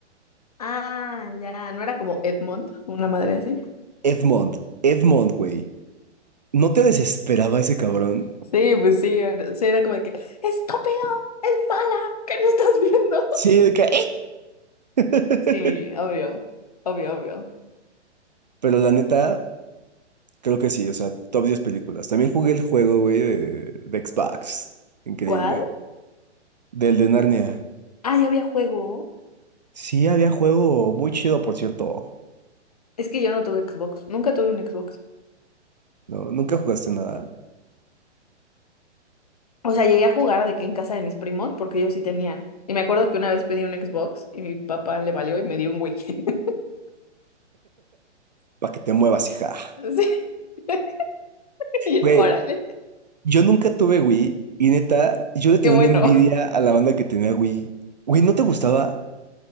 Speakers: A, on the left; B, on the right.
A: Ah, ya, ¿no era como Edmond, una madre así?
B: Edmond, Edmond, güey. ¿No te desesperaba ese cabrón?
A: Sí, pues sí, era- sí, era como de que, estúpido, es mala, ¿qué no estás viendo?
B: Sí,
A: <laughs>
B: de que... <laughs>
A: Sí, obvio, obvio, obvio.
B: Pero la neta. Creo que sí, o sea, top 10 películas. También jugué el juego, güey, de, de Xbox. Increíble.
A: ¿Cuál?
B: Del de Narnia.
A: Ah, ya había juego.
B: Sí, había juego muy chido, por cierto.
A: Es que yo no tuve Xbox, nunca tuve un Xbox.
B: No, nunca jugaste nada.
A: O sea, llegué a jugar de que en casa de mis primos, porque ellos sí tenían. Y me acuerdo que una vez pedí un Xbox y mi papá le valió y me dio un Wii. <laughs>
B: Para que te muevas, hija.
A: Sí, <laughs> y yo,
B: Güey,
A: órale,
B: yo nunca tuve Wii y neta, yo le tenía
A: qué bueno.
B: una envidia a la banda que tenía Wii. Güey, ¿no te gustaba?